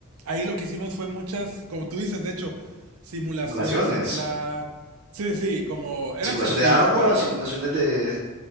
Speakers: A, on the right; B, on the right.
A: Ahí lo que hicimos fue muchas, como tú dices, de hecho, simulaciones
B: Simulaciones,
A: en plan. Sí, sí, sí, como eran
B: simulación
A: sencillas,
B: de agua,
A: pero
B: simulaciones de...